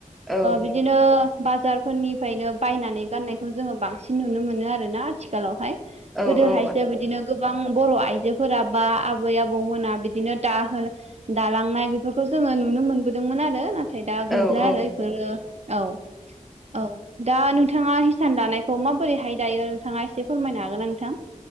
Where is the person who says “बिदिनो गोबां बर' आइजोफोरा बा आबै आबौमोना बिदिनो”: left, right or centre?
Right